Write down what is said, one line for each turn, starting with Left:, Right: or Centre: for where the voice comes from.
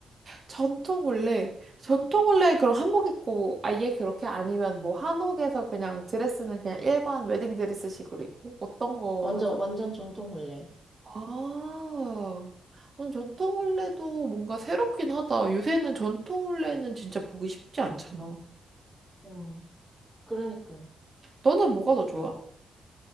Right: 전통 올레. 전통 올레 그럼 한복 입고 아예 그렇게 아니면 뭐 한옥에서 그냥 드레스는 그냥 일반 웨딩 드레스식으로 입고 어떤 거가
Centre: 완전,
Right: 더?
Centre: 완전 전통혼례.
Right: 아, 음, 전통 올레도 뭔가 새롭긴 하다. 요새는 전통 올레는 진짜 보기 쉽지 않잖아.
Centre: 음, 그러니까.
Right: 너는 뭐가 더 좋아?